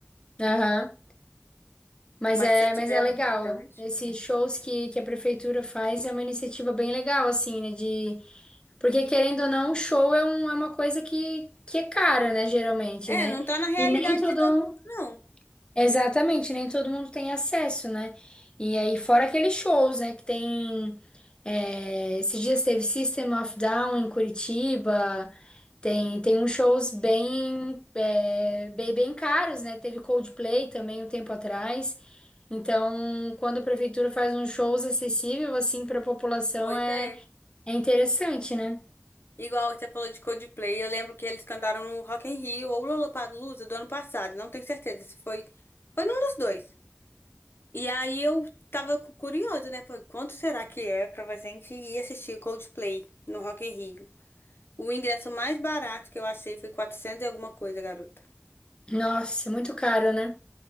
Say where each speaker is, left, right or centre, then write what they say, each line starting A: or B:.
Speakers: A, on the left (about 25°); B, on the left (about 70°).
A: Aham. Mas
B: Mas
A: é,
B: se eu tiver
A: mas é
B: a oportunidade.
A: legal. Esses shows que, que a prefeitura faz é uma iniciativa bem legal, assim, né? De... Porque, querendo ou não, show é, um, é uma coisa que, que é cara, né? Geralmente,
B: É,
A: né?
B: não tá na realidade
A: E nem todo
B: de todo
A: mundo...
B: mundo, não.
A: Exatamente, nem todo mundo tem acesso, né? E aí, fora aqueles shows, né? Que tem... é, Esses dias teve System of Down em Curitiba... Tem, tem uns shows bem, é, bem, bem caros, né? Teve Coldplay também um tempo atrás. Então, quando a prefeitura faz uns shows acessível assim para a população
B: Pois
A: é,
B: é.
A: é interessante, né?
B: Igual você falou de Coldplay, eu lembro que eles cantaram no Rock in Rio ou Lollapalooza do ano passado, não tenho certeza se foi, foi num dos dois. E aí eu tava cu- curiosa, né? Falei, quanto será que é pra gente ir assistir Coldplay no Rock in Rio? O ingresso mais barato que eu achei foi 400 e alguma coisa, garota.
A: Nossa, é muito caro, né?